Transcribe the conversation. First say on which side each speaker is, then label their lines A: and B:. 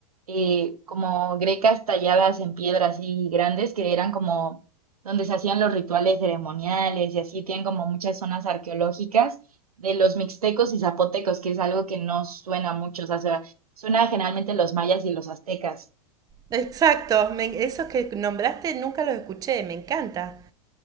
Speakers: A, on the right; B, on the right.
A: eh, como grecas talladas en piedra así grandes, que eran como donde se hacían los rituales ceremoniales y así, tienen como muchas zonas arqueológicas de los mixtecos y zapotecos, que es algo que no suena mucho, o sea, suena generalmente los mayas y los aztecas.
B: Exacto, me- esos que nombraste nunca los escuché, me encanta.